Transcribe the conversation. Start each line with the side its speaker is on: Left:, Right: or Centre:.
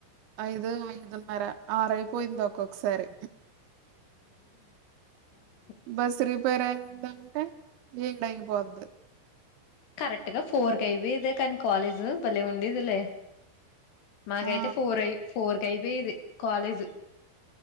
Right: ఐదు ఐదున్నర ఆర్ పోయింది ఒక్కొక్కసారి
Left: ఉ
Right: బస్ రిపేర్ అయిందంటె ఏడయిపోద్ది
Left: కరెక్ట్ గా ఫోర్ కయిపోయెద కని కాలేజ్ భలే ఉండేదిలే మాకైతే
Right: ఆ
Left: ఫోర్ అయ్ ఫోర్ కయిపోయేది కాలేజ్